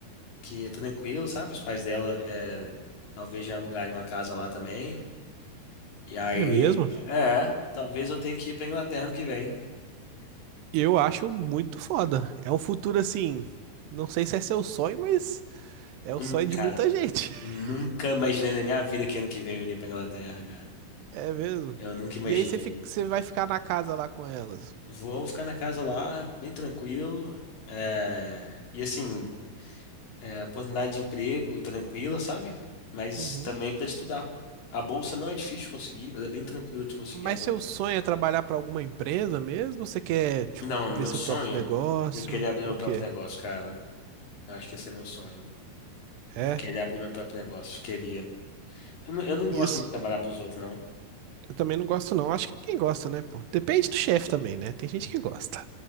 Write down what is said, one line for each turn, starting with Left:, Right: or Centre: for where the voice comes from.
Left: que é tranquilo, sabe? Os pais dela é, talvez já alugarem uma casa lá também. E aí.
Right: É mesmo?
Left: É, talvez eu tenha que ir pra Inglaterra ano que vem.
Right: Eu acho muito foda. É um futuro assim. Não sei se é seu sonho, mas é o
Left: Hum,
Right: sonho de
Left: Cara,
Right: muita gente. <laughs>
Left: nunca imaginei na minha vida que ano que vem eu iria pra Inglaterra, cara.
Right: É mesmo?
Left: Eu nunca imaginei.
Right: E aí você fica- você vai ficar na casa lá com elas.
Left: Vou ficar na casa lá, bem tranquilo. É, e assim, é, oportunidade de emprego tranquila, sabe? Mas
Right: Uhum.
Left: também para estudar. A bolsa não é difícil de conseguir, ela é bem tranquila de conseguir
Right: Mas
Left: a bolsa.
Right: seu sonho é trabalhar para alguma empresa mesmo? Você quer, tipo,
Left: Não,
Right: ver
Left: meu
Right: seu
Left: sonho,
Right: próprio negócio?
Left: eu queria abrir
Right: O
Left: meu próprio
Right: quê?
Left: negócio, cara. Eu acho que esse é meu sonho.
Right: É,
Left: Eu queria abrir meu próprio negócio, queria. Eu não, eu não gosto
Right: isso
Left: muito de trabalhar pros outros, não.
Right: eu também não gosto não. Acho que ninguém gosta, né, pô? Depende do chefe também, né? Tem gente que gosta.